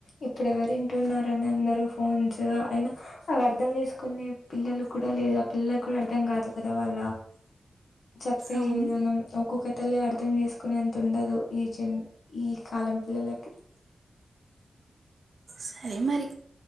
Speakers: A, on the left (about 65°); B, on the right (about 60°).
A: ఇప్పుడు ఎవరు వింటున్నారని అందరూ ఫోన్స్ అయినా అవి అర్ధం చేసుకునే పిల్లలు కూడా లేదు. ఆ పిల్లకి కూడా అర్థం కాదు కదా. వాళ్ళ చెప్పే
B: అవును
A: విధానం ఒక్కొ కథలో అర్ధం చేసుకు కునే అంత ఉండదు ఈ జన్ ఈ కాలం పిల్లలకి
B: సరే మరి